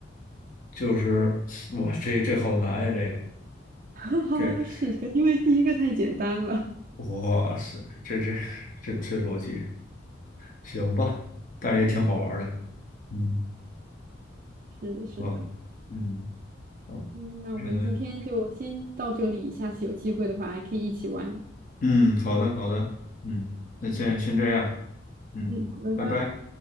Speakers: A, on the left; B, on the right.
A: 就是哇，这这好难呀，这个
B: <laughs> 哈哈，
A: 这
B: 是的，因为第一个太简单了。
A: 哇塞，这这这这逻辑行吧，但是也挺好玩儿的，嗯，
B: 是的，是的。
A: 好，嗯，好，
B: 嗯，那我们今天就先到这里，
A: 觉得
B: 下次有机会的话还可以一起玩。
A: 嗯，好的，好的，嗯，那先先这样，嗯，
B: 嗯，好，拜拜。
A: 拜拜。